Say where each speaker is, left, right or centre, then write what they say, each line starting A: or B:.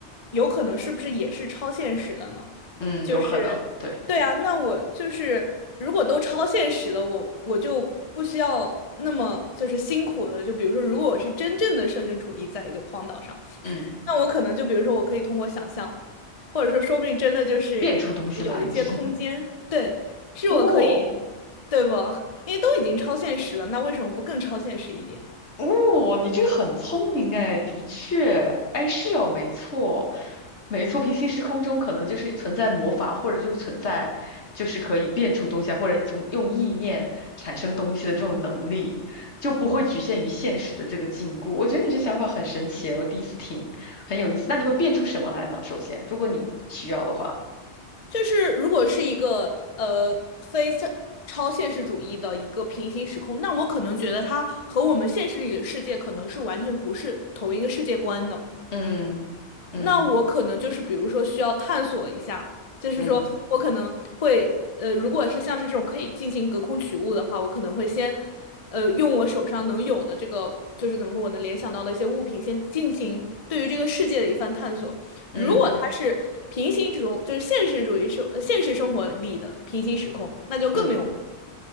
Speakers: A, on the left; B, on the left.
A: 有可能是不是也是超现实的呢？
B: 嗯，
A: 就是，
B: 有可能，对，
A: 对啊，那我就是如果都超现实了，我我就不需要那么就是辛苦的。就比如说，如果我是真正的设身处地在一个荒岛上，
B: 嗯，
A: 那我可能就比如说，我可以通过想象，或者说说不定真的就是
B: 变出东西来，
A: 有一些空间，
B: 你是
A: 对，是我可以，
B: <laughs> 哦。
A: 对不？因为都已经超现实了，那为什么不更超现实一点？
B: 哦，你这个很聪明哎，的确，哎，是哦，没错，没错，平行时空中可能就是存在魔法，或者就是存在，就是可以变出东西啊，或者从用意念产生东西的这种能力，就不会局限于现实的这个禁锢。我觉得你这想法很神奇哎我第一次听，很有意思。那你会变出什么来呢？首先，如果你需要的话，
A: 就是如果是一个呃非现超现实主义的一个平行时空，那我可能觉得它和我们现实里的世界可能是完全不是同一个世界观的。
B: 嗯嗯
A: 那我可能就是比如说需要探索一下，就是说我可能会呃，
B: 嗯
A: 如果是像是这种可以进行隔空取物的话，我可能会先呃用我手上能有的这个。就是怎么说，我能联想到的一些物品，先进行对于这个世界的一番探索。
B: 嗯
A: 如果它是平行时空，就是现实主义生，呃现实生活里的平行时空，那就更没有。
B: 嗯，